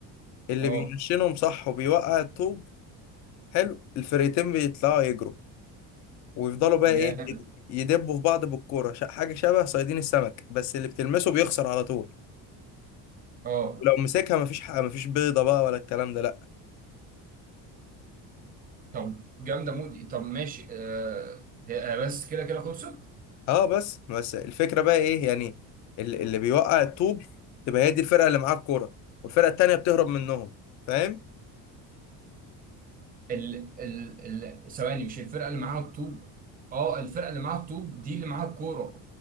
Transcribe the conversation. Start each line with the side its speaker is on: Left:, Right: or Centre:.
Left: اللي
Right: اه
Left: بينشنهم صح وبيوقع الطوب حلو الفرقتين بيطلعوا يجروا ويفضلوا بقى
Right: جامد
Left: ايه يدبوا في بعض بالكوره ش- حاجه شبه صيادين السمك بس اللي بتلمسه بيخسر على طول
Right: اه
Left: ولو مسكها مفيش حق مفيش بيضه بقى ولا الكلام ده لا
Right: طب جامده مود طب ماشي آه هي آه، بس كده كده خلصت
Left: اه بس بس الفكره بقى ايه يعني اللي, اللي بيوقع الطوب تبقى هي دي الفرقه اللي معاها الكوره والفرقه التانيه بتهرب منهم فاهم
Right: ال ال ال ثواني مش الفرقه اللي معاها الطوب اه الفرقه اللي معاها الطوب دي اللي معاها الكوره